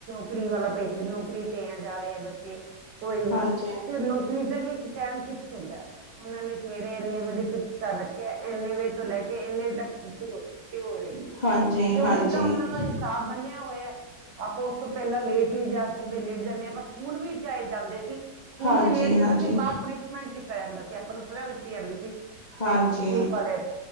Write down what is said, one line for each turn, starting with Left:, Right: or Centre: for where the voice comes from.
Right: ਫਰੀ ਵਾਲਾ ਪਰਸਨ ਨੌਕਰੀ ਤੇ ਆ ਜਾਦੇ ਆ ਬੱਚੇ ਕੋਈ ਵੀ।
Left: ਹਾਂਜੀ
Right: ਫਿਰ ਨੌਕਰੀ ਦਾ ਵੀ ਇੱਕ ਟਾਈਮ ਫਿਕਸ ਹੁੰਦਾ ਹੈ। ਉਹਨਾਂ ਨੇ ਸਵੇਰੇ ਇੰਨੇ ਵਜੇ ਫਿਕਸ ਕਰ ਰੱਖਿਆ ਇੰਨੇ ਵਜੇ ਤੋਂ ਲੈ ਕੇ ਇੰਨੇ ਤੱਕ ਛੁੱਟੀ ਹੋ ਛੁੱਟੀ ਹੋਏਗੀ।
Left: ਹਾਂਜੀ
Right: ਤੇ
Left: ਹਾਂਜੀ
Right: ਉਹ ਵੀ ਤਾਂ ਉਹਨਾਂ ਦਾ ਹਿਸਾਬ ਮੰਨਿਆ ਹੋਇਆ ਆਪਾਂ ਉਸ ਤੋਂ ਪਹਿਲਾਂ ਲੇਟ ਨਹੀਂ ਜਾ ਸਕਦੇ ਲੇਟ ਜਾ ਆਪਾਂ ਸਕੂਲ ਵੀ ਚਏ ਜਾਂਦੇ ਸੀ ਸਕੂਲ
Left: ਹਾਂਜੀ
Right: ਵੀ ਲੇਟ ਜਾਂਦੇ
Left: ਹਾਂਜੀ
Right: ਸੀ ਬਾਹਰ ਪਨਿਸ਼ਮੈਂਟ ਕੀਤਾ ਜਾਂਦਾ ਸੀ। ਆਪਾਂ ਨੂੰ ਸਜਾ ਦਿੱਤੀ ਜਾਂਦੀ ਸੀ
Left: ਹਾਂਜੀ
Right: ਸਕੂਲ ਵਾਲੇ।